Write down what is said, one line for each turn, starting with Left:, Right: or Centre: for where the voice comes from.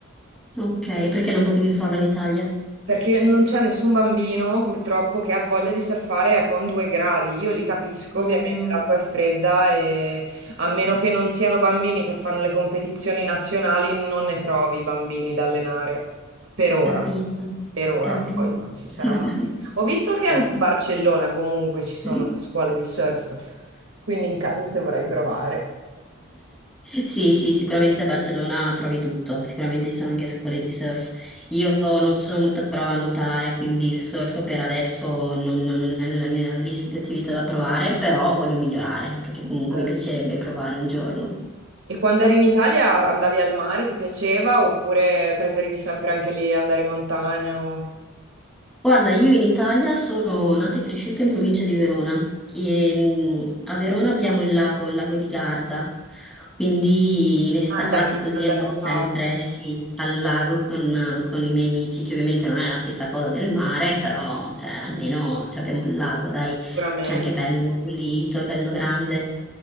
Centre: Ok,
Right: Sì.
Centre: perché non potevi farlo in Italia?
Right: Perché non c'è nessun bambino purtroppo che ha voglia di surfare con due gradi. Io li capisco,
Centre: Ah,
Right: ovviamente l'acqua è fredda e a meno che non siano bambini che fanno le competizioni nazionali, non ne trovi bambini da allenare. Per ora,
Centre: capito,
Right: per ora,
Centre: capito.
Right: poi non si sarà
Centre: <laughs>
Right: mai. Ho visto che
Centre: Capito.
Right: anche a Barcellona comunque ci sono
Centre: <laughs>
Right: le scuole di surf, quindi in caso se vorrai provare.
Centre: Sì, sì, sicuramente a Barcellona trovi tutto, sicuramente ci sono anche scuole di surf. Io non sono molto brava a nuotare, quindi il surf per adesso non, non è nella mia lista di attività da provare, però voglio migliorare, perché
Right: <laughs>
Centre: comunque mi piacerebbe provare un giorno.
Right: E quando eri in Italia andavi al mare, ti piaceva oppure preferivi sempre anche lì andare in montagna o
Centre: Guarda, io in Italia sono nata e cresciuta in provincia di Verona e mh, a Verona abbiamo il lago, il lago di Garda, quindi in estate
Right: andavi,
Centre: così
Right: andavi
Centre: andavo
Right: al
Centre: sempre,
Right: lago?
Centre: sì, al lago con, con i miei amici, che ovviamente non è la stessa cosa del mare, però cioè, almeno ci abbiamo il lago, dai,
Right: Sicuramente.
Centre: che è anche bello pulito, è bello grande.